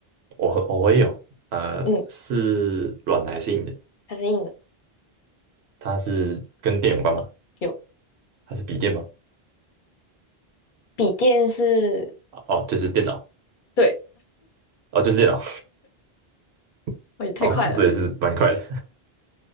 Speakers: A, on the right; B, on the left.
A: 我会我也有，呃，
B: 嗯，
A: 是软的还是硬的？
B: 它是硬的，
A: 它是跟电有关吗？
B: 有
A: 它是笔电吗？
B: 笔电是，
A: 哦，就是电脑，
B: 对，
A: 哦，就是电脑，<laughs>
B: 哦也太快了，
A: 哦，这也是蛮快的，
B: <laughs>